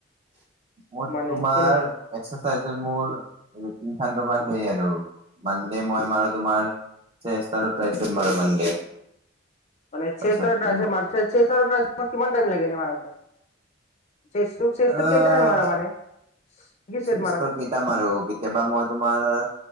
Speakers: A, on the right (about 30°); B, on the left (about 40°).
A: মোৰ
B: মানে
A: তোমাৰ
B: কেনে
A: এক্সাৰচাইজৰ মোৰ <unintelligible> তোমাৰ সেই আৰু মানডে মই মাৰো তোমাৰ চেষ্ট আৰু ট্ৰাইচেপ মাৰো মানডে।
B: মানে
A: তাৰপিছত
B: চেষ্ট আৰু ট্ৰাইচেপ
A: তোমাৰ
B: মাৰা, চেষ্ট আৰু ট্ৰাইচেপ কিমান টাইম লাগে এনে মাৰোতে? চেষ্টটো চেষ্টটোত
A: অ'।
B: কেইটা মাৰা মানে? কি চেট
A: চেষ্ঠৰ
B: মাৰা
A: কিতা মাৰো, কেতিয়াবা মই তোমাৰ